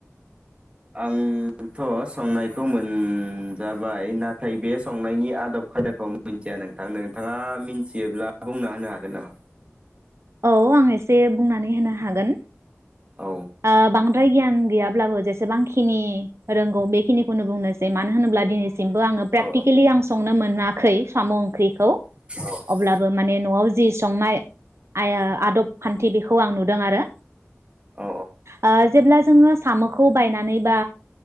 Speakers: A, on the right; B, on the right.
A: आंथ संनायखौ मोनजाबाय नाथाय बे संनायनि आदब खायदाखौ मिथिया नोंथां नोंथाङा मिथियोब्ला बुंना होनो हागोन नामा?
B: औ आं एसे बुंनानै होनो हागोन
A: औ
B: ओ बांद्राय गियान गैयाब्लाबो जेसेबांखिनि रोंगौ बेखिनिखौनो बुंनोसै मानो होनोब्ला दिनै सिमबो आङो प्रेटिकेलिं
A: औ
B: आं सा नुनो मोनाखै साम ओंख्रिखौ
A: औ
B: अब्लाबो माने नआव जि संनाय आया आदब खान्थि बेखौ आं नुदों आरो
A: औ
B: ओ जेब्ला जोङो सामखौ बायनानै बा